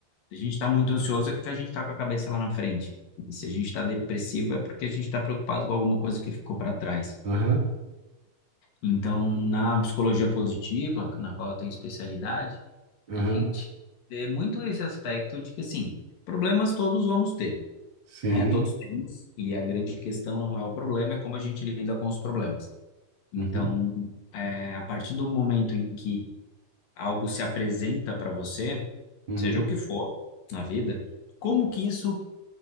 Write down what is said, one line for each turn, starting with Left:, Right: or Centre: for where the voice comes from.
Left: Se a gente está muito ansioso é porque a gente está com a cabeça lá na frente. E se a gente está depressivo é porque a gente está preocupado com alguma coisa que ficou para trás.
Right: aham,
Left: Então, na psicologia positiva, na qual eu tenho especialidade,
Right: aham.
Left: A gente vê muito esse aspecto de que, assim, problemas todos vamos ter,
Right: Sim.
Left: né? Todos temos, e a grande questão não é o problema, é como a gente lida com os problemas. Então,
Right: Uhum,
Left: é, a partir do momento em que algo se apresenta para você,
Right: uhum,
Left: seja o que for na vida, como que isso